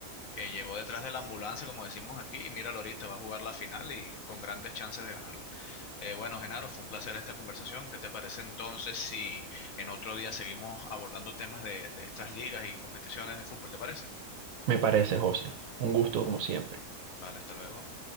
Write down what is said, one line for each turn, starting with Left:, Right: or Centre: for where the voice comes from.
Left: eh, llegó detrás de la ambulancia, como decimos aquí, y míralo ahorita, va a jugar la final y con grandes chances de ganarla. Eh, bueno, Genaro, fue un placer esta conversación. ¿Qué te parece entonces si en otro día seguimos abordando temas de de estas ligas y competiciones de fútbol? ¿Te parece?
Right: Me parece, José. Un gusto como siempre.
Left: Vale, hasta luego.